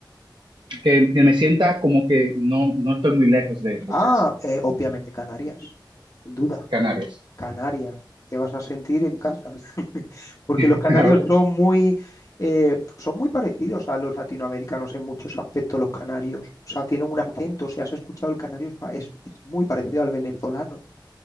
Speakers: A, on the right (about 75°); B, on the left (about 45°).
A: Que, que me sienta como que no, no estoy muy lejos de de
B: Ah,
A: casa.
B: eh, obviamente Canarias, sin duda.
A: Canarias.
B: Canarias, te vas a sentir en casa. Porque
A: <laughs>
B: los canarios son muy, eh, son muy parecidos a los latinoamericanos en muchos aspectos, los canarios. O sea, tienen un acento. Si has escuchado el canario, es, pa- es es muy parecido al venezolano.